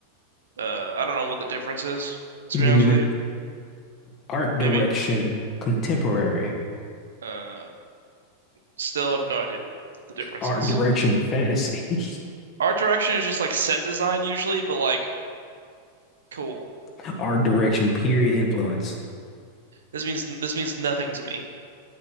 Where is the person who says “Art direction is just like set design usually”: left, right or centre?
Right